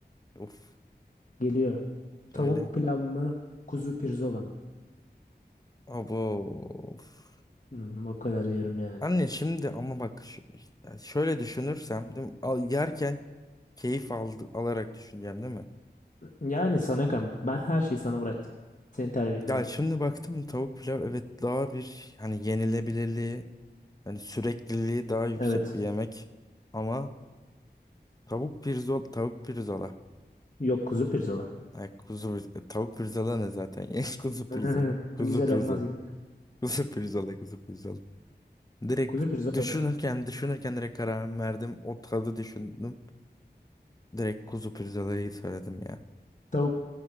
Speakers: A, on the left; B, on the left.
A: Uf.
B: Geliyor. Tavuk
A: Söyle.
B: pilav mı? Kuzu pirzola mı?
A: Abo. Of.
B: Hmm, o kadar diyorum yani.
A: Anne şimdi ama bak ş- ya şöyle düşünürsem değil mi? Al, yerken keyif aldı, alarak düşüneceğim değil mi?
B: Yani sana kan. Ben her şeyi sana bıraktım. Senin tercihlerin.
A: Ya şimdi baktım tavuk pilav evet daha bir hani yenilebilirliği hani sürekliliği daha yüksek
B: Evet.
A: bir yemek ama tavuk pirzola tavuk pirzola
B: Yok kuzu pirzola.
A: Ay kuzu pir- tavuk pirzola ne zaten ya <laughs> kuzu pirzola
B: <laughs>
A: kuzu
B: Güzel
A: pirzola
B: olmaz gibi.
A: kuzu pirzola kuzu pirzola direkt
B: Kuzu pirzola.
A: düşünürken düşünürken direkt kararımı verdim o tadı düşündüm direkt kuzu pirzolayı söyledim ya
B: Tavuk,